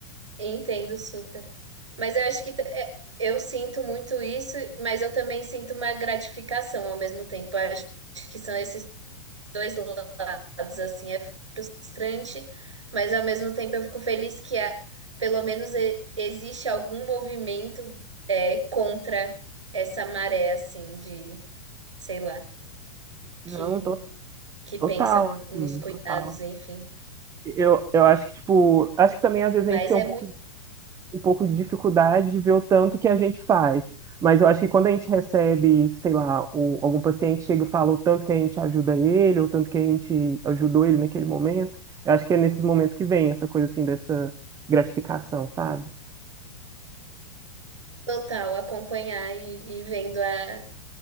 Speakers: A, on the right (about 70°); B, on the right (about 20°).
A: entendo super. Mas eu acho que te- é, eu sinto muito isso, mas eu também sinto uma gratificação ao mesmo tempo. Eu acho que são esses dois lados, assim, é frustrante, mas ao mesmo tempo eu fico feliz que a- pelo menos e- existe algum movimento é, contra essa maré, assim, de, sei lá, que,
B: Não, to-
A: que
B: total,
A: pensa
B: assim,
A: nos cuidados,
B: total.
A: enfim.
B: Eu, eu acho que, tipo, acho que também às vezes
A: Mas
B: a gente tem
A: é
B: um pouco
A: muito
B: um pouco de dificuldade de ver o tanto que a gente faz. Mas eu acho que quando a gente recebe, sei lá, o- algum paciente chega e fala o tanto que a gente ajuda ele, ou o tanto que a gente ajudou ele naquele momento, eu acho que é nesses momentos que vem essa coisa assim dessa gratificação, sabe?
A: total acompanhar e, e vendo a,